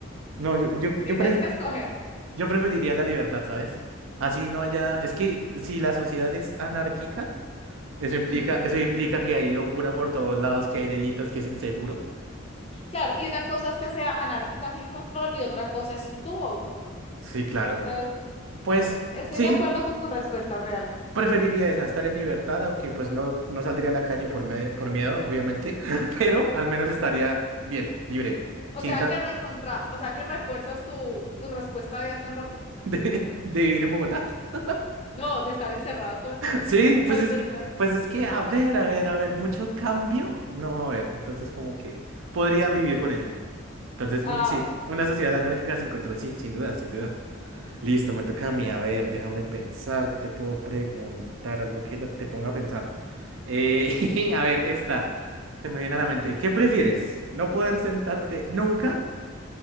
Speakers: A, on the right; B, on the left.
A: No, yo, yo, yo
B: Tienes que escoger.
A: Yo preferiría la libertad, ¿sabes? Así no haya, es que si la sociedad es anárquica, eso
B: Ujú.
A: implica, eso implica que hay locura por todos lados, que hay delitos, que es inseguro.
B: Claro, y una cosa es que sea anárquica sin control y otra cosa es tu autocontrol.
A: Sí, claro.
B: Entonces,
A: Pues
B: eh, estoy
A: sí,
B: de acuerdo con tu respuesta realmente.
A: preferiría esa, estar en libertad, aunque pues no, no saldría a la calle por medio, por miedo, obviamente, <laughs> pero al menos estaría bien, libre, sin
B: O sea
A: tan
B: que recontra, o sea que refuerzas tu, tu respuesta de hace un rato.
A: <laughs> de, de vivir en Bogotá. <laughs>
B: No, de estar encerrado todo el tiempo,
A: Sí,
B: de no
A: pues
B: salir
A: es
B: de
A: que,
B: tu casa.
A: pues es que, a ver, a ver, a ver, mucho cambio no va a haber, entonces como que podría vivir con ello. Entonces,
B: Ah,
A: un- sí,
B: bueno.
A: una sociedad anárquica sin control, sí, sin duda, sin duda. Listo, me toca a mí. A ver, déjame pensar, ¿qué te puedo preguntar? Algo que la- te ponga a pensar. Eh, <laughs> a ver, esta se me viene a la mente. ¿Qué prefieres? ¿No poder sentarte nunca